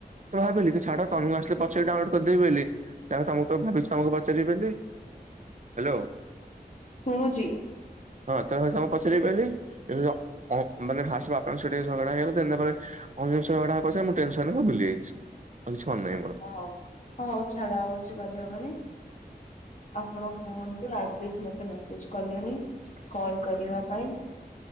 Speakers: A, on the right (about 50°); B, on the left (about 50°).
A: ତ ଭାବିଲି କି ଛାଡ ତମକୁ ଆସିଲେ ପଚାରି କି ଡାଉନଲୋଡ କରିଦେବି ବୋଲି ତାପରେ ତ ତମକୁ ଭାବିଛି ତମକୁ ପଚାରିବି ବୋଲି ହ୍ୟାଲୋ
B: ଶୁଣୁଛି
A: ହଁ ତ ମୁଁ ଭାବିଛି ପଚାରିବି ବୋଲି। ଲ ଅ ମାନେ ଫାର୍ଷ୍ଟ ବାପାଙ୍କ ସହ ଟିକେ ଝଗଡା ହେଇଗଲା ଦେନ୍ ତାପରେ ଅନ୍ୟ ଜିନିଷ ଗୁଡା ମୁଁ ଟେନ୍ସନ୍ ରେ ସବୁ ଭୁଲି ଯାଇଛି। ଆଉ କିଛି ମନେ ନାହିଁ ମୋର।
B: ହଉ ହଉ ଛାଡା ଆଉ କିଛି କରିହେବନି ଆପଣ କୁହନ୍ତୁ ତୁ ରାଜେଶ ମତେ ମେସେଜ କଲେଣି
A: ହ <unintelligible>
B: କଲ କରିବା ପାଇଁ